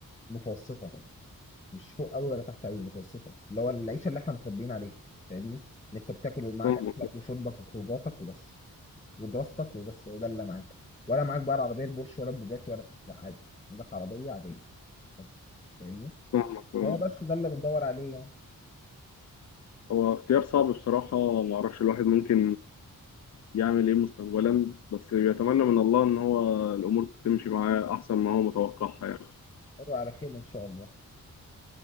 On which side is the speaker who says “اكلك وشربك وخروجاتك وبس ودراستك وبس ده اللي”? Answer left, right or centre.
Left